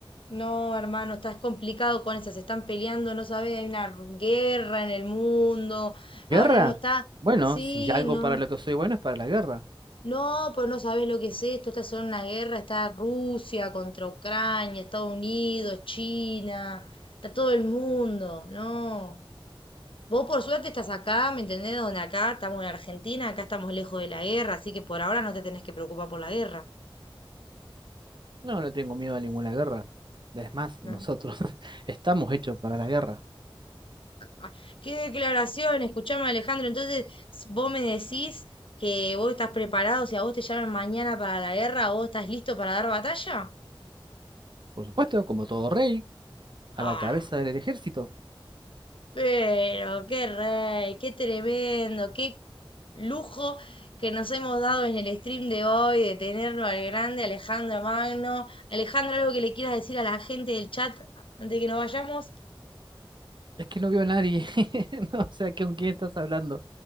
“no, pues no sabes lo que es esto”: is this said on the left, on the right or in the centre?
Left